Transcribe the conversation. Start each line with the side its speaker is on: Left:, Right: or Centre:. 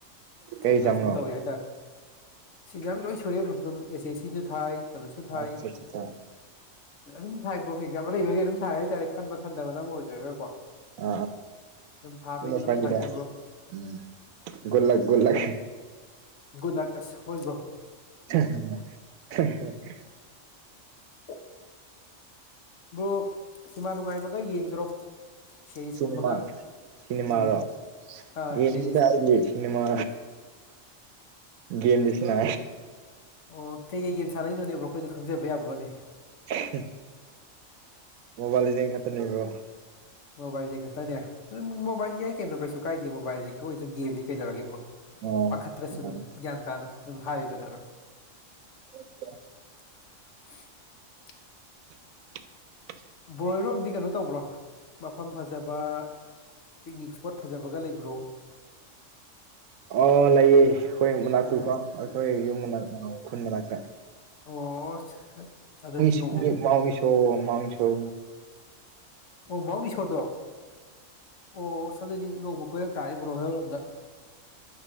Right: ꯀꯩ
Left: ꯑꯗꯨꯃꯥꯏꯅ
Right: ꯑꯦꯛꯖꯥꯝꯅꯣ
Left: ꯁꯨꯝ ꯇꯧꯋꯦ ꯍꯥꯏꯇꯥꯔꯦ ꯁꯤꯁ ꯌꯥꯝ ꯂꯣꯏ ꯁꯨꯔꯦꯕ ꯑꯗꯨꯝ ꯑꯦꯆꯦ ꯁꯤꯁꯨ ꯊꯥꯏ ꯀꯂꯣꯁꯨ ꯊꯥꯏ
Right: ꯑꯠꯆꯥ ꯑꯠꯆꯥ ꯑꯥ
Left: ꯑꯗꯨꯝ ꯊꯥꯏꯕ꯭ꯔꯣ ꯑꯦꯛꯖꯥꯝꯄꯜ ꯂꯩꯕꯒꯤ ꯑꯗꯨꯝ ꯊꯥꯏ ꯍꯥꯏꯇꯥꯔꯦ ꯈꯟꯕ ꯈꯟꯗꯕꯅ ꯑꯃ ꯑꯣꯏꯈ꯭ꯔꯒꯀꯣ
Right: ꯑ
Left: ꯑꯗꯨꯝ ꯊꯥꯕꯩꯗꯤ
Right: ꯑꯝ ꯎ
Left: ꯑꯗꯨꯝ
Right: ꯐꯗ
Left: ꯊꯥꯏꯗ ꯕ꯭ꯔꯣ
Right: ꯎꯝ ꯨꯜꯂꯛ ꯨꯜꯂꯛ
Left: ꯨꯜꯂꯥꯛꯁ ꯍꯒꯣ
Right: <unintelligible>
Left: ꯑ ꯭ꯔꯣ ꯍꯤꯃꯥ ꯅꯨꯡꯉꯥꯏꯕꯒ ꯌꯦꯡꯗ꯭ꯔꯣ ꯁꯦꯔꯤꯁꯀꯨꯝꯕꯒ
Right: ꯁꯤꯅꯦꯃꯥ ꯁꯤꯅꯦꯃꯥꯔꯣ
Left: ꯎꯝ ꯑꯥ
Right: ꯌꯦ
Left: ꯁꯦꯔꯤꯁ
Right: ꯁꯤꯅꯦꯃꯥ ꯦꯝ ꯁꯅ
Left: ꯑꯣ ꯀꯩꯀꯩ ꯒꯦꯝ ꯁꯥꯟꯅꯛꯏꯅꯣꯅꯦꯕ꯭ꯔꯣ ꯑꯩꯈꯣꯏꯗꯣ ꯈꯪꯖꯕ ꯌꯥꯕ꯭ꯔꯣꯅꯦ
Right: ꯑ
Left: <unintelligible>
Right: ꯃꯣꯕꯥꯏꯜꯗꯤꯤꯡ ꯈꯇꯅꯤꯕꯣ
Left: ꯃꯣꯕꯥꯏꯜꯁ ꯈꯛꯇꯅꯦ ꯃꯣꯕꯥꯏꯜ ꯌꯥꯏ ꯀꯩꯅꯣ ꯀꯩꯁꯨ ꯀꯥꯏꯗꯦ ꯃꯣꯕꯥꯏꯜꯁꯦ ꯈ ꯑꯣꯏꯣꯏꯁꯨ ꯒꯦꯝꯗꯤ ꯀꯩꯗꯧꯔꯕ꯭ꯔꯣ
Right: ꯑꯣ
Left: ꯄꯥꯈꯠꯇ꯭ꯔꯁꯨ
Right: ꯎꯝ
Left: ꯑꯗꯨꯝ ꯒ꯭ꯌꯥꯟ ꯇꯥꯅ ꯑꯗꯨꯝ ꯍꯥꯏꯌꯨꯒꯗꯕ
Right: <unintelligible>
Left: <unintelligible>
Right: <unintelligible>
Left: ꯕꯣꯔꯣꯏꯔꯣꯝꯗꯤ ꯀꯩꯅꯣ ꯇꯧꯕ꯭ꯔꯣ ꯃꯐꯝ ꯐꯖꯕ ꯄꯤꯛꯅꯤꯛ ꯏꯁꯄꯣꯠ ꯐꯖꯕꯒ ꯂꯩꯕ꯭ꯔꯣ
Right: ꯑꯣ ꯂꯩꯌꯦ ꯑꯩꯈꯣꯏ ꯃꯅꯥꯛꯇꯨꯀꯣ
Left: ꯀꯩꯅꯣ
Right: ꯑꯩꯈꯣꯏ ꯌꯨꯝ ꯃꯅꯥꯛ ꯈꯨꯟ ꯃꯅꯥꯛꯇ
Left: ꯑꯣ ꯑꯗꯨꯗꯤ ꯅꯣꯡꯃ
Right: ꯁꯤꯉꯁꯣꯁꯣ
Left: ꯑꯣ ꯃꯥꯎ ꯁꯣꯗꯣ ꯑꯣ ꯁꯗꯗꯤ ꯅꯣꯡꯃ ꯀꯣꯏꯔꯛ ꯇꯥꯔ ꯭ꯔꯣ ꯍꯔꯧꯔꯣꯝꯗ